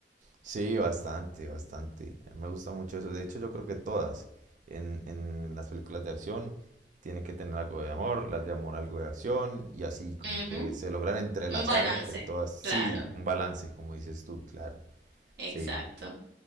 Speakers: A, on the right; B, on the right.
A: Sí, bastante, bastante. A mí Me gusta mucho eso. De hecho, yo creo que todas en, en las películas de acción tienen que tener algo de amor, las de amor algo de acción y así como
B: Ujú.
A: que se logran entrelazar
B: Un balance,
A: entre todas. Sí,
B: claro,
A: un balance, como dices tú, claro.
B: exacto.
A: Sí.